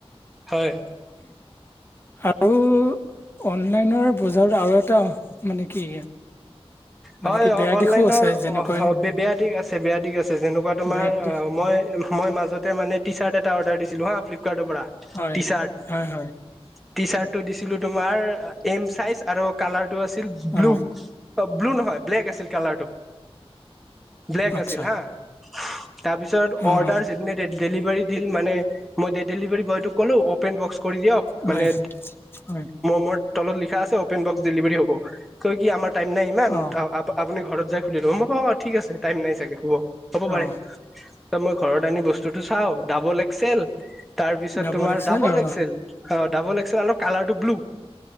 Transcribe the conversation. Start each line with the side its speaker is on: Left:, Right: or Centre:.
Centre: হয়।
Left: আৰু অনলাইনৰ বজাৰত আৰু এটা মানে কি মানে
Centre: হয়
Left: কি বেয়া
Centre: অনলাইনৰ
Left: দিশো আছে যেনেকৈ
Centre: অ বেয়া দিখ আছে, বেয়া দিখ আছে। যেনেকুৱা তোমাৰ
Left: বেয়া
Centre: অ
Left: দিশ
Centre: মই মই মাজতে মানে টি চাৰ্ট এটা অৰ্ডাৰ দিছিলো হা ফ্লিপকাৰ্টৰ পৰা
Left: হয়
Centre: টি চাৰ্ট
Left: হয় হয়
Centre: টি চাৰ্টটো দিছিলো তোমাৰ, এম চাইজ আৰু কালাৰটো আছিল ব্লু।
Left: অ
Centre: ব্লু নহয় ব্লেক আছিল কালাৰটো। ব্লেক
Left: আচ্ছা
Centre: আছিল হা? তাৰপিছত
Left: অ অ
Centre: অৰ্ডাৰ যিদিনা ডেলিভাৰী দিল মানে, মই ডেলিভাৰী বয়টোক ক'লো অপেন বক্স কৰি দিয়ক। মানে
Left: হয় হয়
Centre: মোৰ তলত লিখা আছে অপেন বক্স ডেলিভাৰী হ'ব। চ' কি আমাৰ টাইম নাই ইমান
Left: অ
Centre: আপুনি ঘৰত যাই খুলি ল'ব। মোক অ' অ' ঠিক আছে, টাইম নাই চাগে! হ'ব, হ'ব পাৰে।
Left: অ
Centre: মই ঘৰত আনি বস্তুতটো চাওঁ ডাবল এক্সেল। তাৰ পিছত
Left: ডাবল
Centre: তোমাৰ ডাবল
Left: আৰু
Centre: এক্সেল অ' ডাবল এক্সেল অলপ কালাৰটো ব্লু।